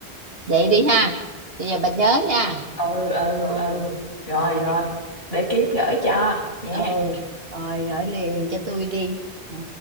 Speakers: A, on the right; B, on the left.
A: vậy đi ha bây giờ bà nhớ nha
B: ừ ừ
A: ừ
B: ừ rồi
A: rồi
B: rồi để kiếm gửi cho nha
A: ừ rồi gửi liền cho tôi đi Ờ.